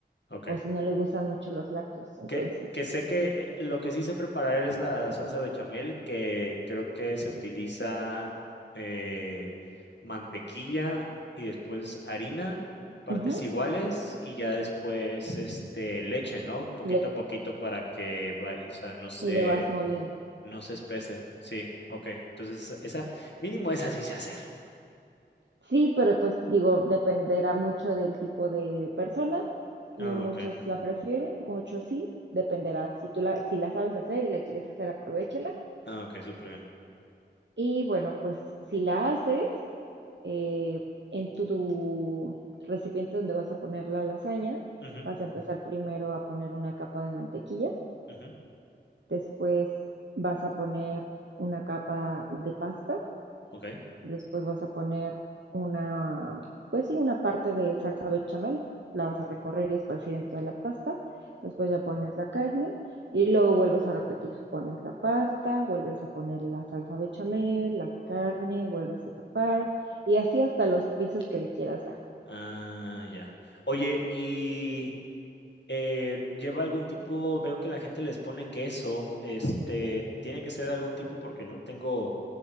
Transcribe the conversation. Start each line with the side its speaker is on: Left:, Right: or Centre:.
Left: ok.
Right: o si no le gustan mucho los lácteos, entonces
Left: Que, que sé que eh, lo que sí sé preparar es la salsa bechamel, que creo que se utiliza eh, mantequilla y después harina, partes
Right: ujú,
Left: iguales y ya después este, leche, ¿no? Poquito
Right: le-
Left: a poquito para que va- o sea, no se,
Right: y le vas moviendo.
Left: no se espese. Sí, ok. Entonces, esa, mínimo esa sí sé hacer.
Right: Sí, pero pues digo, dependerá mucho del tipo de persona. No
Left: Ah,
Right: muchos
Left: ok.
Right: la prefieren, muchos sí. Dependerá. Si tú la, si la sabes hacer y la quieres hacer, aprovechala.
Left: Ah, ok, súper bien.
Right: Y bueno, pues si la haces eh, en tu, tu recipiente donde vas a poner la lasaña,
Left: Ujú,
Right: vas a empezar primero a poner una capa de mantequilla,
Left: ujú,
Right: después vas a poner una capa de pasta
Left: ok.
Right: Después vas a poner una, pues sí, una parte de salsa bechamel. La vas a recorrer y esparcir en toda la pasta. Después ya pones la carne y luego vuelves a repetir. Pones la pasta, vuelves a poner la salsa bechamel, la carne, vuelves a tapar y así hasta los pisos que le quieras dar.
Left: Ah, ya. Oye, y eh, lleva algún tipo, veo que la gente les pone queso, este, tiene que ser algún tipo porque no tengo